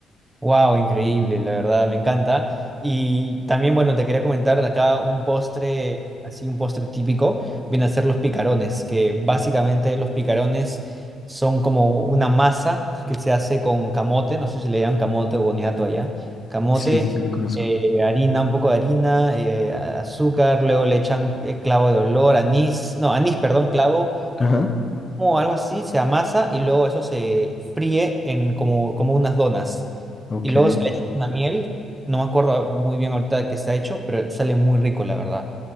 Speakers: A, on the right; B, on the left.
A: Wow, increíble, la verdad, me encanta. Y también, bueno, te quería comentar acá un postre, así un postre típico, viene a ser los picarones, que básicamente los picarones son como una masa que se hace con camote, no sé si le llaman camote o boniato allá, camote,
B: Sí, sí, sí, lo conozco.
A: eh, harina, un poco de harina, eh, azúcar, luego le echan eh, clavo de olor, anís, no, anís, perdón, clavo,
B: Ajá.
A: o algo así, se amasa y luego eso se fríe en como, como unas donas.
B: Ok.
A: Y luego se le echa una miel, no me acuerdo muy bien ahorita de qué está hecho, pero sale muy rico, la verdad.